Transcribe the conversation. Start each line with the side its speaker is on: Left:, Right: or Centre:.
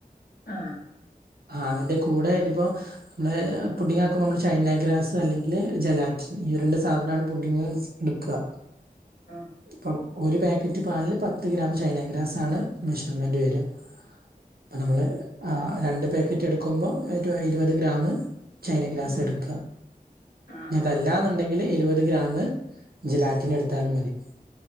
Left: ആഹ്
Right: ആ അതിന്റെ കൂടെ ഇനിപ്പോ നമ്മള് പുഡിങ്ങാക്കുമ്പോ നമ്മള് ചൈനാഗ്രാസ് അല്ലെങ്കിൽ ജലാറ്റിൻ ഈ രണ്ട് സാ അവനാണ് പുഡ്ഡിങ്ങ് എടുക്കുക
Left: ആഹ്
Right: ഇപ്പം ഒരു പാക്കറ്റ് പാലിൽ പത്ത് ഗ്രാം ചൈന ഗ്രാസ് ആണ് മെഷർമെന്റ് വര്ക അപ്പ നമ്മള് അ രണ്ട് പാക്കറ്റ് എടുക്കുമ്പോൾ ഒരു ഇരുപത് ഗ്രാമ് ചൈന ഗ്രാസ്
Left: ഉം
Right: എടുക്കുക
Left: ആഹ്
Right: അതല്ലാന്നുണ്ടെങ്കിൽ ഇരുപത് ഗ്രാമ് ജലാറ്റിന് എടുത്താലും മതി